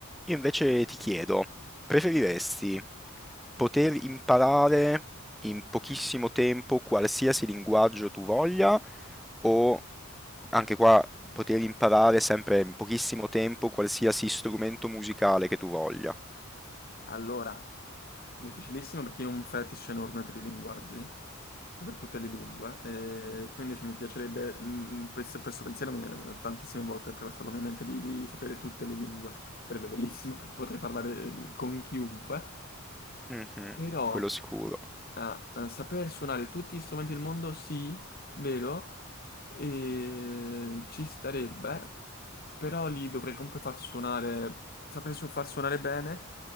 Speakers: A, in the centre; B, on the left (about 45°).
A: Io invece ti chiedo, preferiresti poter imparare in pochissimo tempo qualsiasi linguaggio tu voglia o anche qua poter imparare sempre in pochissimo tempo qualsiasi strumento musicale che tu voglia?
B: Allora, difficilissimo perché io ho un fetish enorme per i linguaggi, e per tutte le lingue, e quindi cioè, mi piacerebbe, mh, questo, questo pensiero mi è tantissime volte attraverso la mia mente di, di sapere tutte le lingue, sarebbe bellissimo, potrei parlare eh, con chiunque,
A: Mm,
B: però
A: quello sicuro.
B: ah, eh, saper suonare tutti gli strumenti del mondo, sì, vero, e ci starebbe, però li dovrei comunque far suonare, saper su- far suonare bene